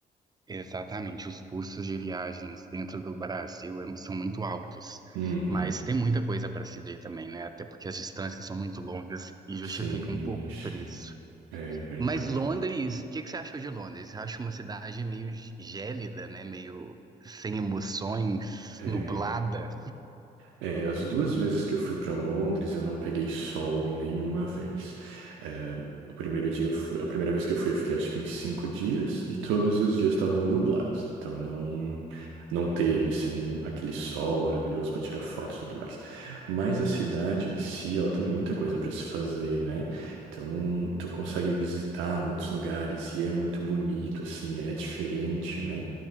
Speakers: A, on the right (about 20°); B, on the right (about 70°).
A: Exatamente, os custos de viagens dentro do Brasil é- são muito altos,
B: Uhum.
A: mas tem muita coisa para se ver também, né? Até porque as distâncias são muito longas e justifica
B: Sim,
A: um pouco
B: sim.
A: o preço.
B: É verdade.
A: Mas Londres, o que que você achou de Londres? Eu acho uma cidade meio gélida, né? Meio sem emoções,
B: É,
A: nublada.
B: É, as duas vezes que eu fui para Londres, eu não peguei sol em nenhuma vez. É, o primeiro dia, eu fui- a primeira vez que eu fui, eu fiquei acho que uns cinco dias e todos os dias estavam nublados. Então não não teve assim aquele sol maravilhoso para tirar foto e tudo mais. Mas a cidade em si, ela tem muita coisa para se fazer, né? Então tu consegue visitar muitos lugares e é muito bonito, assim, é diferente, né?